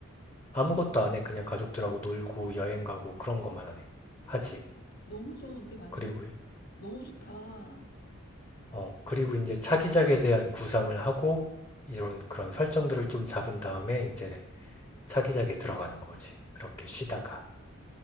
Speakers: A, on the left (about 25°); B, on the left (about 45°).
A: 아무것도 안 해. 그냥 가족들하고 놀고 여행 가고 그런 것만 하네. 하지.
B: 너무 좋은데, 완전,
A: 그리고
B: 너무 좋다.
A: 어, 그리고 이제 차기작에 대한 구상을 하고 이런 그런 설정들을 좀 잡은 다음에 이제 차기작에 들어가는 거지. 그렇게 쉬다가.